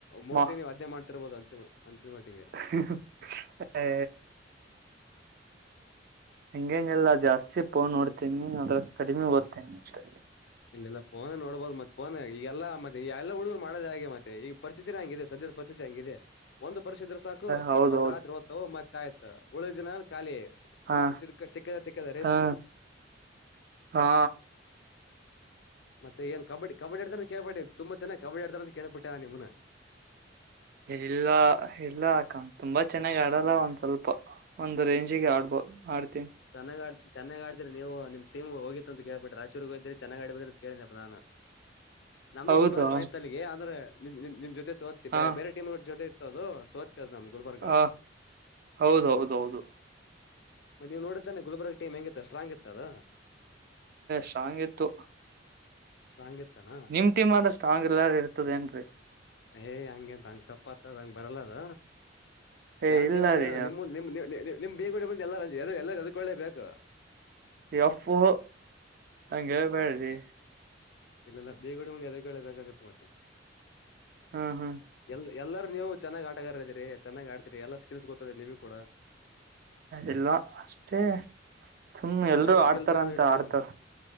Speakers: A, on the left; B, on the right.
A: ಮೋಸ್ಟ್ಲಿ
B: ಮ
A: ನೀವು ಅದೇ ಮಾಡ್ತಿರ್ಬೋದು ಅಂತ. ಅನ್ಸಿದ ಮಟ್ಟಿಗೆ.
B: <unintelligible> ಹ ಏ. ಹಂಗ ಏನ ಇಲ್ಲಾ ಜಾಸ್ತಿ ಫೋನ್ ನೋಡ್ತೇನಿ ಅದ್ರ ಕಡಿಮೆ ಓದ್ತೇನಿ ಅಷ್ಟೆ.
A: ಇಲ್ಲ ಇಲ್ಲ ಫೋನ್ ನೋಡ್ಬಹದು ಮತ್ತೆ ಫೋನ್ ಈಗ ಎಲ್ಲಾ ಮತ್ತೆ ಎಲ್ಲ ಹುಡುಗರು ಮಾಡೋದ ಹಾಗೆ ಮತ್ತೆ ಈಗ. ಪರಿಸ್ಥಿತತಿನ ಹಂಗಿದೆ ಸದ್ಯದ ಪರಿಸ್ಥಿತಿ ಹಂಗಿದೆ. ಒಂದ ಪರಿಷ ಇದ್ರ ಸಾಕು
B: ಹೌದೌದು
A: ಅವತ್ ರಾತ್ರಿ ಓದ್ತವು ಮತ್ತೆ ಆಯ್ತು ಉಳ ದಿನನ್ ಖಾಲಿ.
B: ಹಾ
A: ತಿದ್ದ ತಿಕ್ಕ ತಿಕ್ಕದ ತಿಕ್ಕದ ರೇಲ್ಸ.
B: ಹಾ ಹಾ.
A: ಮತ್ತೆ ಏನು ಕಬ್ಬಡಿ ಕಬ್ಬಡಿ ಅಡ್ದಾನ ಕೇಳಿ ಪಟ್ಟೆ ತುಂಬ ಚೆನ್ನಾಗಿ ಕಬ್ಬಡಿ ಆಡ್ತಾರೆ ಕೇಳಿ ಪಟ್ಟೆ ನಾ ನಿಮ್ಮನ.
B: ಇಲ್ಲ ಇಲ್ಲಾ ಅಕ್ಕ ತುಂಬಾ ಚೆನ್ನಾಗ್ ಆಡಲ್ಲ ಒಂದ್ ಸ್ವಲ್ ಪ್ಪ ಒಂದ ರೇಂಜಿಗೆ ಆಡ್ಬೋದ ಆಡ್ತೀನ.
A: ಚನ್ನಾಗ್ ಆಡ್ ಚೆನ್ನಾಗಿ ಆಡತಿರಿ ನೀವು ನಿಮ್ಮ ಟೀಮ್ ಹೋಗಿತ್ತ ಅಂತ ಕೇಳಿ ಪಟ್ಟೆ ರಾಯಚೂರಿಗ ಹೋಗಿದೇವಿ ಚೆನ್ನಾಗಿ ಆಡಿ ಬಂದ್ರ ಅಂತ ಕೇಳಿದನಪ್ಪ ನಾನು.
B: <inaudible>
A: ನಮ್ದು
B: ಹೌದಾ
A: ಗುಲಬರ್ಗಾ ಬಂದಿತ ಅಲ್ಲಿಗೆ ಆಮೇಲೆ ನಿಮ್ ನಿಮ್ ನಿಮ್ ಜೊತೆ ಸೋತಿ
B: ಹಾ
A: ಬೇರೆ ಬೇರೆ ಟೀಮ್ ಜೊತೆ ಇತ್ತು ಅದು ಸೊತ್ತ. <unintelligible> ನಮ್ಮ ಗುಲ್ಬರ್ಗ.
B: ಹ ಹೌದ ಹೌದ ಹೌದು.
A: ಮತ್ತ ನೀವು ನೋಡಿದ್ರಿ ತಾನೆ ಗುಲ್ಬರ್ಗ ಟೀಮ್ ಹೆಂಗ ಇತ್ತ ಸ್ಟ್ರಾಂಗ್ ಇತ್ತ ಅದ.
B: ಸ್ಟ್ರಾಂಗ್ ಇತ್ತು
A: ಸ್ಟ್ರಾಂಗ್ ಇತ್ತ ಅನ.
B: ನಿಮ ಟೀಮ್ಂದ್ರ ಸ್ಟಾಂಗ್ ಎಲ್ಲಾರ ಇರ್ತದ ಏನ ರಿ.
A: ಏಯ್ ಹಂಗೆ ಎಂತ ಹಂಗ ತಪ್ಪತ್ತದ ಹಂಗ ಬರಲ್ಲ ಅದ.
B: ಏ
A: ಯಾರ್
B: ಇಲ್ಲ
A: ಟೀಮ್ ಆದ್ರೆ
B: ರೀ
A: ನಿಮ್ಮ ನಿಮ್ ನಿಮ್ ಬೇಗಡೆ ಬಂದ ಎಲ್ಲ ಎಲ್ಲ ಹೆದರ ಕೊಳ್ಳೆ ಬೇಕು.
B: ಎಪ್ಪು ಹಂಗ ಹೇಳ್ ಬ್ಯಾಡರಿ.
A: ಇಲ್ಲ ಇಲ್ಲ ಬೇಗಡೆ ಮುಂದ ಹೆದರ ಕೊಳ್ಳೆ ಬೇಕಾಗುತ್ತೆ ಮತ್ತೆ.
B: ಹಾ ಹಾ.
A: ಎಲ್ ಎಲ್ಲರೂ ನೀವು ಚನ್ನಾಗ್ ಆಟಗಾರ ಇದ್ರರಿ ಚನ್ನಾಗ್ ಆಡ್ತತಿರಿ ಎಲ್ಲ ಸ್ಕಿಲ್ಸ್ ಗೊತ್ತದೆ ನಿಮ್ಗ್ ಕೂಡ.
B: ಇಲ್ವಾ ಅಷ್ಟೇ ಸುಮ್ನೆ
A: ಹೊಸ
B: ಎಲ್ರುೂ
A: ಹೊಸ
B: ಆಡ್ತಾರ
A: ಸ್ಕಿಲ್ಸ್ ಗಳನ್ನ
B: ಅಂತ
A: ಇಡ್ತೀರ
B: ಆಡ್ತಾರ.